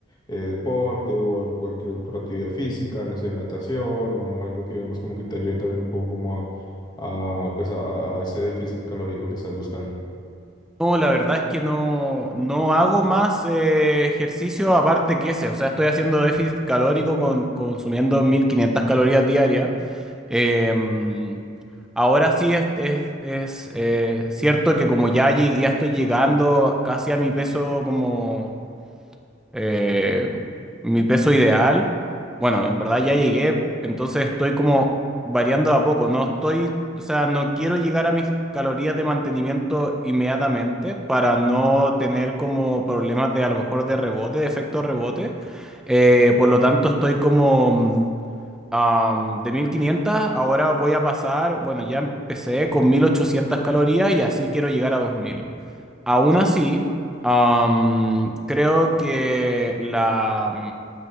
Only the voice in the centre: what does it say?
No, la verdad es que no, no hago más eh, ejercicio aparte que ese. O sea, estoy haciendo déficit calórico con, consumiendo 1500 calorías diarias. Em, ahora sí es, es- es, eh, cierto que como ya, llegué- ya estoy llegando casi a mi peso como eh, mi peso ideal. Bueno, en verdad ya llegué, entonces estoy como variando a poco. No estoy, o sea, no quiero llegar a mis calorías de mantenimiento inmediatamente para no tener como problemas de a lo mejor de rebote, de efecto rebote. Eh, por lo tanto, estoy como Am, de 1500 ahora voy a pasar, bueno, ya empecé con 1800 calorías y así quiero llegar a dos mil Aún así, am, creo que la,